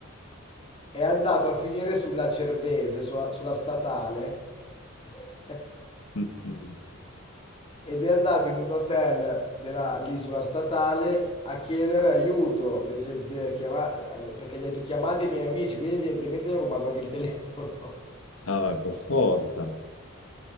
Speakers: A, on the left (about 25°); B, on the left (about 75°).
A: è andato a finire sulla Cervese, sulla, sulla statale, <laughs>
B: Mm.
A: ed è andato in un hotel della- lì sulla statale a chiedere aiuto, nel senso di chiama- perché gli ha detto chiamate i miei amici, quindi evidentemente gli ha rubato anche il telefono. <laughs>
B: Ah, vai, per forza.